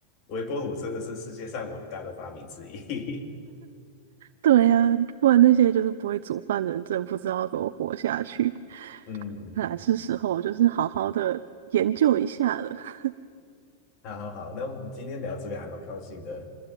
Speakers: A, on the left; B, on the right.
A: 微波炉真的是世界上伟大的发明之一。
B: 对呀、不然那些就是不会煮饭的人，真的不知道怎么活下去。
A: <laughs> 嗯，
B: 看来是时候就是好好的研究一下了。<laughs>
A: 好好好，那我们今天聊这个还蛮高兴的，